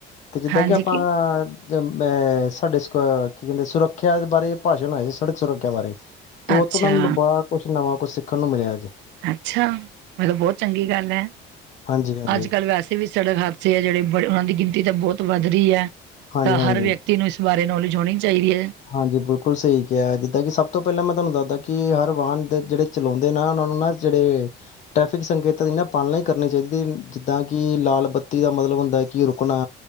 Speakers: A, on the left; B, on the right.
A: ਤੇ ਜਿੱਦਾਂ
B: ਹਾਂਜੀ
A: ਕਿ ਆਪਾਂ
B: ਕੀ,
A: ਮੈਂ ਸਾਡੇ ਸਕ ਕੀ ਕਹਿੰਦੇ ਸੁਰੱਖਿਆ ਬਾਰੇ ਪਾਸ਼ਨ ਆਏ ਦੇ ਸੀ। ਸੜਕ ਸੁਰੱਖਿਆ ਬਾਰੇ, ਤੇ ਉਤੋਂ
B: ਅੱਛਾ,
A: ਨਾ ਮੈਨੂੰ ਬੜਾ ਕੁਛ ਨਵਾਂ ਕੁਛ ਸਿੱਖਣ ਨੂੰ ਮਿਲਿਆ ਜੇ।
B: ਅੱਛਾ, ਮਤਲਬ ਬਹੁਤ ਚੰਗੀ ਗੱਲ ਐ।
A: ਹਾਂਜੀ ਹਾਂਜੀ
B: ਅੱਜ ਕੱਲ੍ਹ ਵੈਸੇ ਵੀ ਸੜਕ ਹਾਦਸੇ ਐ ਜਿਹੜੇ ਬੜੇ ਉਹਨਾਂ ਦੀ ਗਿਣਤੀ ਤਾਂ ਬੋਤ ਵੱਧ ਰਹੀ ਐ,
A: ਹਾਂਜੀ
B: ਤਾਂ ਹਰ
A: ਹਾਂਜੀ
B: ਵਿਅਕਤੀ ਨੂੰ ਇਸ ਬਾਰੇ ਨੌਲੇਜ ਹੋਣੀ ਚਾਹੀਦੀ ਹੈ।
A: ਹਾਂਜੀ, ਬਿਲਕੁਲ ਸਹੀ ਕਿਹਾ, ਜਿੱਦਾਂ ਕਿ ਸਭ ਤੋਂ ਪਹਿਲਾਂ ਮੈਂ ਤੁਹਾਨੂੰ ਦੱਸਦਾ ਕਿ ਹਰ ਵਾਹਨ ਦੇ ਜਿਹੜੇ ਚਲਾਉਂਦੇ ਨਾ ਉਹਨਾਂ ਨੂੰ ਨਾ ਜਿਹੜੇ ਟ੍ਰੈਫਿਕ ਸੰਕੇਤਾਂ ਦੀ ਨਾ ਪਾਲਣਾ ਹੀ ਕਰਨੀ ਚਾਹੀਦ ਜਿੱਦਾਂ ਕਿ ਲਾਲ ਬੱਤੀ ਦਾ ਮਤਲਬ ਹੁੰਦਾ ਕਿ ਰੁਕਣਾ।